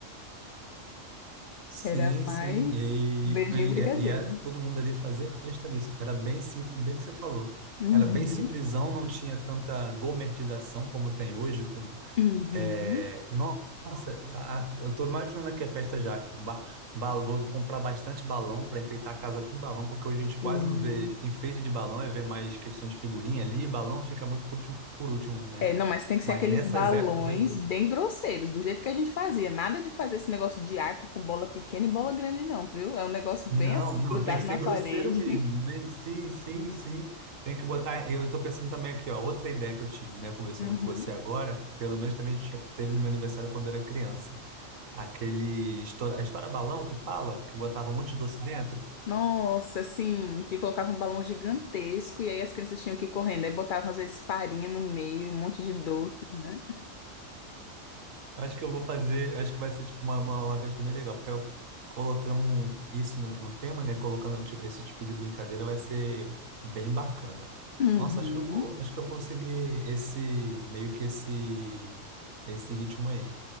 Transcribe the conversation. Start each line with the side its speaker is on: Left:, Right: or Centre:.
Right: Sim,
Left: Era mais
Right: sim. E,
Left: beijinho
Right: e,
Left: e brigadeiro.
Right: e, é- todo mundo ali fazia festa nisso. Era bem simples, bem o que você falou.
Left: Uhum.
Right: Era bem simplesão, não tinha tanta gourmetização como tem hoje. Com,
Left: Uhum.
Right: é, no- nossa, a- a- eu estou imaginando aqui a festa já. Ba, ba- vou comprar bastante balão para enfeitar a casa com balão, porque hoje a gente
Left: Sim.
Right: quase não vê enfeite de balão, é ver mais questão de figurinha ali, e balão fica muito por último, por último, né?
Left: É, não, mas tem que
Right: Mas
Left: ser aqueles
Right: nessas
Left: balões
Right: épocas, aí.
Left: bem grosseiros, do jeito que a gente fazia. Nada de fazer esse negócio de arco com bola pequena e bola grande, não, viu? É um negócio
Right: Não,
Left: bem assim,
Right: não,
Left: grudado
Right: tem que ser
Left: na parede.
Right: grosseiro mesmo.
Left: <laughs>
Right: Bem, Sim, sim, sim. Tem que botar. Eu estou pensando também aqui, ó, outra ideia que eu tive, né, conversando
Left: Uhum.
Right: com você agora, pelo menos também tinha- teve no meu aniversário quando eu era criança. Aquele. histó- A história balão que fala, que botava um monte de doce dentro.
Left: Nossa, assim, que colocava um balão gigantesco e aí as crianças tinham que ir correndo. Aí botavam, às vezes, farinha no meio, um monte de doces, né?
Right: Acho que eu vou fazer, acho que vai ser tipo uma, uma, uma festa bem legal, porque eu colocando um- isso no, no tema, né? Colocando ti- esse tipo de brincadeira vai ser bem bacana.
Left: Uhum.
Right: Nossa, acho que eu vou, acho que eu vou seguir esse meio que esse esse ritmo aí.